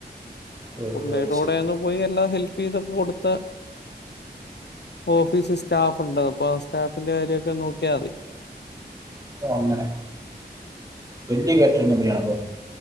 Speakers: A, on the right (about 20°); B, on the left (about 80°).
A: ഓ
B: പുള്ളിയുടെ
A: അത്
B: കൂടെ
A: ശരി
B: പോയി എല്ലാം ഹെല്പ് ചെയ്തൊക്കെ കൊടുത്ത് ഓഫീസിൽ സ്റ്റാഫ് ഉണ്ട് അപ്പൊ ആ സ്റ്റാഫിന്റെ കാര്യമൊക്കെ നോക്കിയാൽ മതി
A: അപ്പോ അങ്ങനെ വല്ല്യ കാറ്ററിംഗ് കമ്പനി ആണോ അപ്പൊ